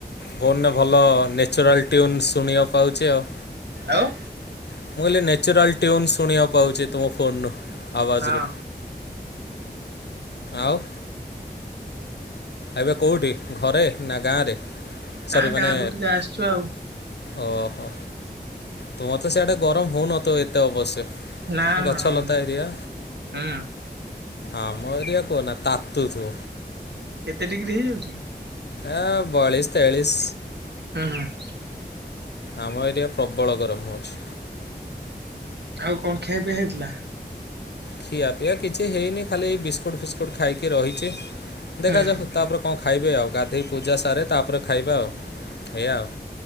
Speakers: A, on the left; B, on the right.
A: ଫୋନ୍ ରେ ଭଲ ନ୍ୟଚୁରାଲ୍ ଟ୍ୟୁନ୍ ଶୁଣିବାକୁ ପାଉଛି ଆଉ।
B: ଆଉ
A: ମୁଁ କହିଲି ନ୍ୟାଚୁରାଲ୍ ଟ୍ୟୁନ୍ ଶୁଣିବାକୁ ପାଉଚି ତୁମ ଫୋନ୍ ରୁ। ଆବାଜ୍
B: ହଁ
A: ରୁ ଆଉ ଏବେ କୋଉଠି ଘରେ ନା ଗାଁ ରେ?
B: ନା
A: ସରି ମାନେ
B: ଗାଁକୁ ଟିକେ ଆସିଛୁ ଆଉ
A: ଓହୋ ତ ମତେ ସେଆଡେ ଗରମ ହଉନଥିବ ଏତେ ଅବଶ୍ୟ।
B: ନା ନା
A: ଗଛ
B: ହଉନି
A: ଲତା ଏରିଆ।
B: ହୁଁ
A: ଆମ ଏରିଆ କୁହନା ତାତୁଥୁବ।
B: କେତେ ଡିଗ୍ରୀ ହେଇଯାଉଚି କି?
A: ଆ ବୟାଳିଶ ତେୟାଳିଶ୍।
B: ହଁ ହୁଁ।
A: ଆମ ଏରିଆ ପ୍ରବଳ ଗରମ ହଉଛି।
B: ଆଉ କଣ ଖିଆ ପିଆ ହେଇଥିଲା?
A: ଖିଆ ପିଆ କିଛି ହେଇନି ଖାଲି ଏଇ ବିସ୍କୁଟ ଫିସ୍କୁଟ ଖାଇକି ରହିଛି ଦେଖାଯାଉ
B: ହୁଁ
A: ତାପରେ କଣ ଖାଇବି ଆଉ ଗାଧଇ ପୂଜା ସାରେ ତାପରେ ଖାଇବା ଆଉ ଏଇଆ ଆଉ।